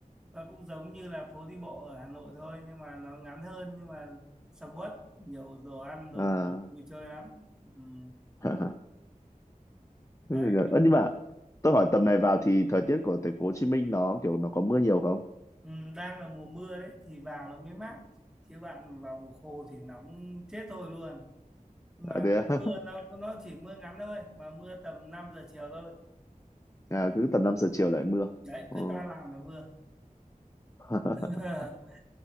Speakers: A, in the centre; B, on the left.
A: nó cũng giống như là phố đi bộ ở Hà Nội thôi nhưng mà nó ngắn hơn nhưng mà sầm uất nhiều đồ ăn đồ
B: à,
A: vui chơi lắm Ừm,
B: <laughs> Thế
A: đấy
B: thì là- Ơ, nhưng mà tôi hỏi tầm này vào thì thời tiết của thành phố Hồ Chí Minh nó kiểu nó có mưa nhiều không
A: Ừm, đang là mùa mưa đấy thì vào nó mới mát chứ bạn vào mùa khô thì nóng chết thôi luôn nhưng mà
B: à,
A: nó
B: thế à, <laughs>
A: mưa nó nó chỉ mưa ngắn thôi mà mưa tầm 5 giờ chiều thôi
B: À, cứ tầm
A: Ừm,
B: 5 giờ chiều lại mưa
A: đấy
B: Ờ.
A: cứ ta làm là mưa
B: <laughs>
A: <laughs>